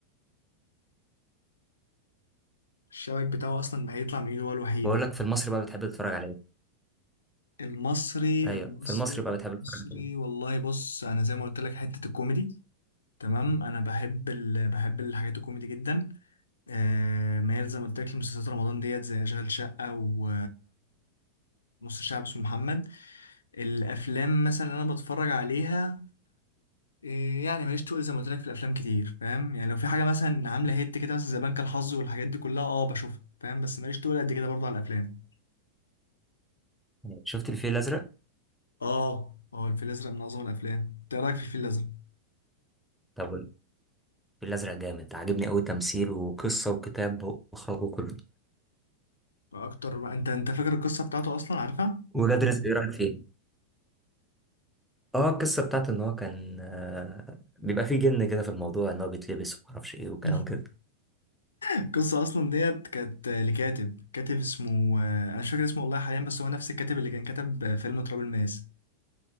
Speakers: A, on the left (about 70°); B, in the centre.
A: الشباك بتاعه اصلا ما هيطلع من ايده هو الوحيد
B: بقول لك في المصري بقى بتحب تتفرج على إيه؟
A: المصري
B: أيوه
A: المصري
B: في المصري بقى بتحب تتفرج
A: المصري
B: على إيه؟
A: والله بص انا زي ما قلت لك حته الكوميدي تمام انا بحب ال... بحب الحاجات الكوميدي جدا آه ميال زي ما قلت لك لمسلسلات رمضان ديت زي اشغال شقه و نص الشعب اسمه محمد الافلام مثلا اللي انا بتفرج عليها آه، يعني ماليش تقول زي ما قلت لك في الافلام كتير فاهم يعني لو في حاجه مثلا عامله هيت كده مثلا زي بنك الحظ والحاجات دي كلها اه بشوفها فاهم بس ماليش تقول قد كده برضه على الافلام
B: يعني شفت الفيل الأزرق؟
A: اه اه الفيل الازرق من اعظم الافلام انت إيه رايك في الفيل الازرق
B: طب الفيل الأزرق جامد عاجبني أوي تمثيل وقصة وكتاب وإخراج وكله
A: اكتر ما انت انت فاكر القصه بتاعته اصلا عارفها
B: ولاد رزق إيه رأيك فيه؟ اه القصة بتاعت ان هو كان آه، بيبقى فيه جن كده في الموضوع ان هو بيتلبس ومعرفش ايه وكلام
A: <laughs>
B: كده
A: القصه اصلا ديت كانت لكاتب كاتب اسمه آه، انا مش فاكر اسمه والله حاليا بس هو نفس الكاتب اللي كان كتب فيلم تراب الماس